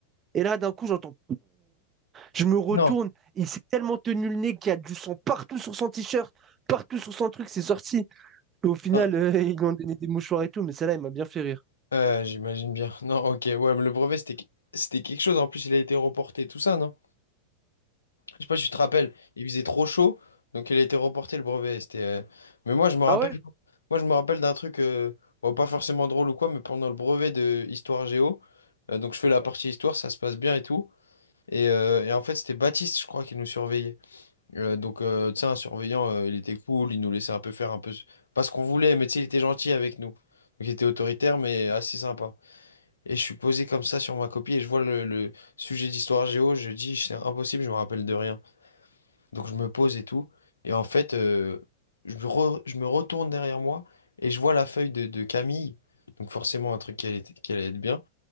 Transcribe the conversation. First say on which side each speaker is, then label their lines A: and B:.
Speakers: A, on the right; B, on the left.
A: Et là, d'un coup, j'entends. Je me retourne.
B: Non.
A: Il s'est tellement tenu le nez qu'il y a du sang partout sur son t-shirt, partout sur son truc. C'est sorti. Et au final,
B: Ah,
A: euh, <laughs> ils lui ont donné des mouchoirs et tout. Mais celle-là, il m'a bien fait rire.
B: Euh, j'imagine bien. <laughs> Non, ok, ouais, mais le brevet, c'était que- c'était quelque chose. En plus, il a été reporté, tout ça, non? Je sais pas si tu te rappelles, il faisait trop chaud, donc il a été reporté, le brevet. C'était, euh, Mais moi, je me rappelle,
A: Ah ouais?
B: moi, je me rappelle d'un truc, euh, bon, pas forcément drôle ou quoi, mais pendant le brevet de Histoire Géo, euh, donc je fais la partie Histoire, ça se passe bien et tout. Et, euh, et en fait, c'était Baptiste, je crois, qui nous surveillait. Euh, donc, euh, tu sais, un surveillant, euh, il était cool, il nous laissait un peu faire un peu, ce- pas ce qu'on voulait, mais tu sais, il était gentil avec nous. Donc, il était autoritaire, mais assez sympa. Et je suis posé comme ça sur ma copie et je vois le, le sujet d'histoire géo, je dis c'est impossible, je me rappelle de rien. Donc je me pose et tout. Et en fait, euh, je me re- je me retourne derrière moi et je vois la feuille de, de Camille. Donc forcément un truc qui allait, qui allait être bien.